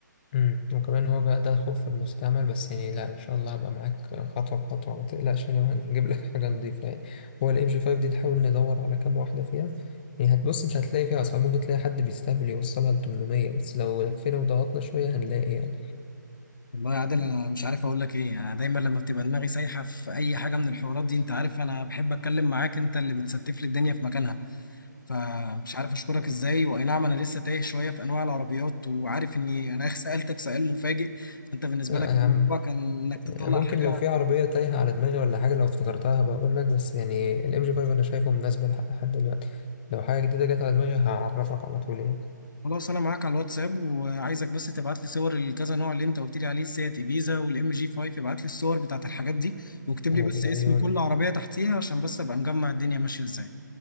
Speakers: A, on the left; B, on the left.
A: امم وكمان هو بقى ده الخوف في المستعمل بس يعني لا ان شاء الله هبقى معاك خطوه بخطوه ما تقلقش يعني وهنجيب لك حاجه نظيفه يعني هو الام جي 5 دي نحاول ندور على كام واحده فيها يعني هتبص انت هتلاقي فيها اسعار ممكن تلاقي حد بيستهبل يوصلها ل 800 بس لو لفينا وضغطنا شويه هنلاقي يعني
B: والله يا عادل
A: مم.
B: انا مش عارف اقول لك ايه يعني انا دايما لما بتبقى دماغي سايحه في اي حاجه من الحوارات دي انت عارف انا بحب اتكلم معاك انت اللي بتستف لي الدنيا في مكانها فمش عارف اشكرك ازاي واي نعم انا لسه تايه شويه في انواع العربيات وعارف اني انا <laughs> سالتك سؤال مفاجئ انت بالنسبه
A: آه
B: لك
A: يا
B: الموضوع
A: عم
B: كان انك تطلع
A: يعني ممكن
B: حاجه
A: لو في عربية تايهة على دماغي ولا حاجة لو افتكرتها بقول لك بس يعني الام جي 5 انا شايفه مناسبة لح- لحد دلوقتي لو حاجة جديدة جت على دماغي هعرفك على طول يعني
B: خلاص انا معاك على الواتساب وعايزك بس تبعت لي صور الكذا نوع اللي انت قلت لي عليه السيات ابيزا والام جي 5 ابعت لي الصور بتاعت الحاجات دي واكتب
A: هو
B: لي بس اسم
A: عيوني
B: كل عربيه تحتيها عشان بس ابقى مجمع الدنيا ماشيه ازاي